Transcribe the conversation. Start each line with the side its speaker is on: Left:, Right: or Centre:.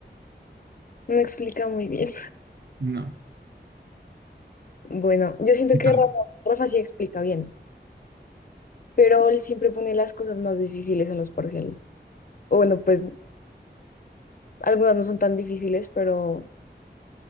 Left: no explica muy bien.
Right: no.
Left: Bueno, yo siento
Right: Y
Left: que
Right: para-
Left: Rafa, Rafa sí explica bien, pero él siempre pone las cosas más difíciles en los parciales. O bueno, pues algunas no son tan difíciles, pero